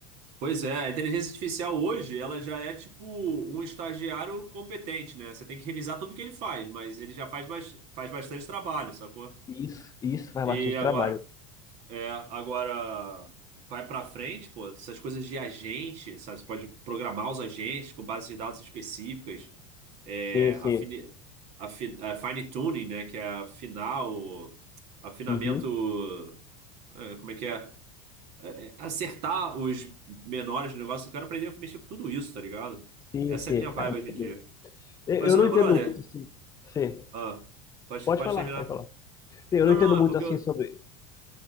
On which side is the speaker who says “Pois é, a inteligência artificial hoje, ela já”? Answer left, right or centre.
Right